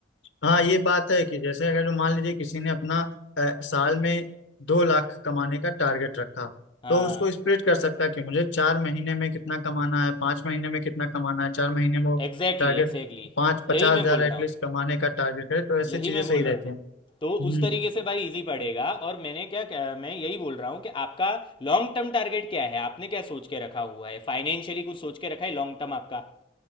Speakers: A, on the left; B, on the left.
A: हाँ ये बात है कि जैसे अगर जो मान लीजिए किसी ने अपना अ, साल में दो लाख कमाने का टारगेट रखा
B: हाँ
A: तो उसको स्प्लिट कर सकता है कि मुझे चार महीने में कितना कमाना है पाँच महीने में कितना कमाना है चार महीने में वो
B: एग्जैक्टली
A: टारगेट
B: एग्जैक्टली
A: पाँच पचास
B: यही मैं
A: हजार
B: बोल
A: एटलीस्ट
B: रहा हूँ।
A: कमाने का टारगेट है तो ऐसी
B: यही
A: चीजें
B: मैं
A: सही
B: बोल
A: रहती
B: रहा हूँ
A: हैं
B: तो
A: हम्म
B: उस तरीके से भाई इजी पड़ेगा और मैंने क्या क्या- मैं यही बोल रहा हूँ कि आपका लॉन्ग टर्म टारगेट क्या है आपने क्या सोच के रखा हुआ है फाइनेंशियली कुछ सोच के रखा है लॉन्ग टर्म आपका